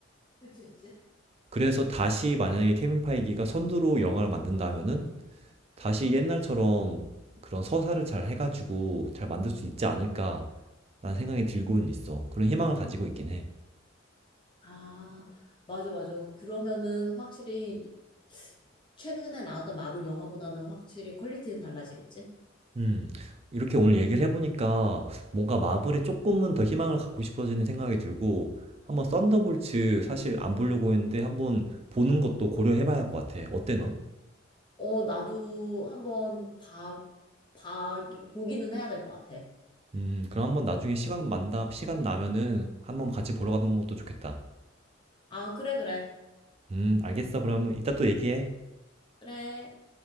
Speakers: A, on the left; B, on the right.
A: 그치, 그치?
B: 그래서 다시 만약에 케빈 파이기가 선두로 영화를 만든다면은 다시 옛날처럼 그런 서사를 잘 해가지고 잘 만들 수 있지 않을까라는 생각이 들고는 있어. 그런 희망을 가지고 있긴 해.
A: 아, 맞아, 맞아. 그러면은 확실히 최근에 나왔던 마블 영화보다는 확실히 퀄리티는 달라지겠지?
B: 음, 이렇게 오늘 얘기를 해보니까 뭔가 마블에 조금은 더 희망을 갖고 싶어지는 생각이 들고 한번 썬더볼츠 사실 안 보려고 했는데 한번 보는 것도 고려해봐야 할 것 같아. 어때 넌?
A: 어, 나도 한번 봐, 봐, 보기는 해야 될 것 같아.
B: 음, 그럼 한번 나중에 시간 만다, 시간 나면은 한번 같이 보러 가는 것도 좋겠다.
A: 아, 그래, 그래.
B: 음, 알겠어. 그러면 이따 또 얘기해.
A: 그래.